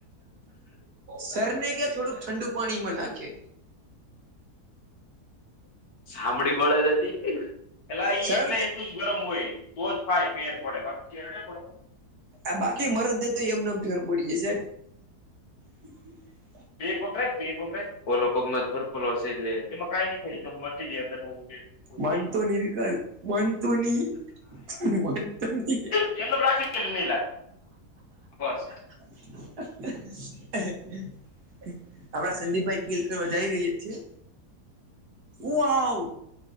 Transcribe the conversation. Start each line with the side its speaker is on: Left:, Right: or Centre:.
Right: સર ને કે થોડુંક ઠંડુ પાણીમાં નાખે
Left: સાંભળી બળે જ હતી એલા ઈ
Right: સર
Left: એટલે એલ ગરમ હોય તોજ થાય ફેર પડે બાકી ફેર ન પડે
Right: આ બાકી મરજ દે તો એમનેમ ફેર પડી જસે હમ હમ
Left: બે કોકરા બે કોકરા ફોલો પગ મજ ફોલોશે એટલે એમાં કઈ ન મળાય <unintelligible> અંદર. કે
Right: માનતો નહી, વિકાસ માનતો નહી, માનતો નહી.
Left: એ રાખી નહી લાગે બસ.
Right: <inaudible> આપડા સંદીપભાઈ કેલ કરવા જઈ રહહીએ છીએ હ આવ